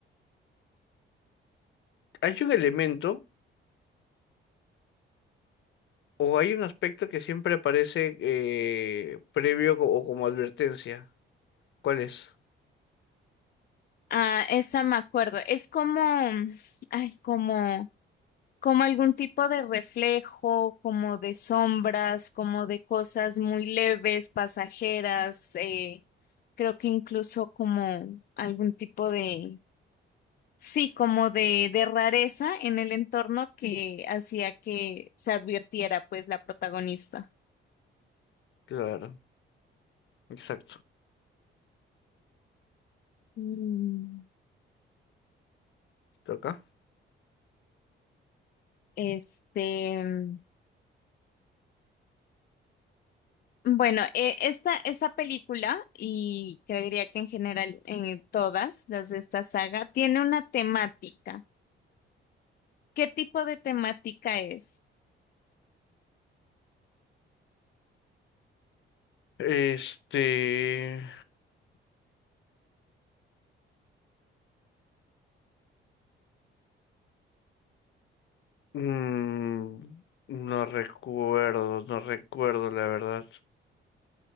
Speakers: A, on the left; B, on the left.
A: hay un elemento. O hay un aspecto que siempre aparece eh, previo co- o como advertencia. ¿Cuál es?
B: Ah, esta me acuerdo. Es como, ay, como, como algún tipo de reflejo, como de sombras, como de cosas muy leves, pasajeras. eh, creo que incluso como algún tipo de, sí, como de, de rareza en el entorno que hacía que se advirtiera, pues, la protagonista.
A: Claro, exacto.
B: Mm,
A: Toca.
B: Este. Bueno, eh, esta, esta película, y creería que en general eh, todas las de esta saga, tiene una temática. ¿Qué tipo de temática es?
A: Este... mm, no recuerdo, no recuerdo la verdad.